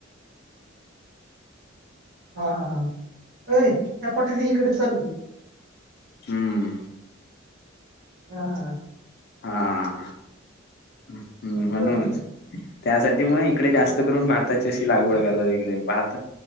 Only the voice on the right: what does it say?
हां हां हं, अय ह्या पाट्यात इकडे चलते.
हं हं.
मग
काय अजून?